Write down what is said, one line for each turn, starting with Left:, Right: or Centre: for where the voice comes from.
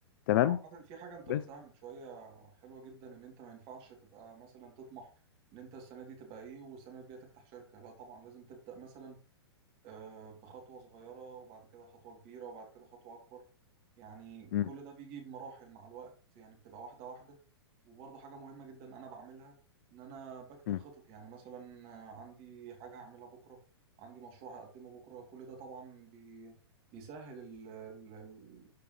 Left: تمام
Right: وعامة في حاجة انت
Left: بس
Right: قلتها من شوية حلوة جدا ان انت ما ينفعش تبقى مثلا تطمح ان انت السنة دي تبقى ايه والسنة الجاية تفتح شركة لا طبعا لازم تبدأ مثلا آه، بخطوة صغيرة وبعد كده خطوة كبيرة وبعد كده خطوة اكبر يعني
Left: مم.
Right: كل ده بيجي بمراحل مع الوقت يعني بتبقى واحدة واحدة وبرضه حاجة مهمة جدا انا بعملها ان انا بكتب
Left: مم.
Right: خطط يعني مثلا آه، عندي حاجة هعملها بكرة عندي مشروع هقدمه بكرة كل ده طبعا بي بيسهل ال- ال- ال-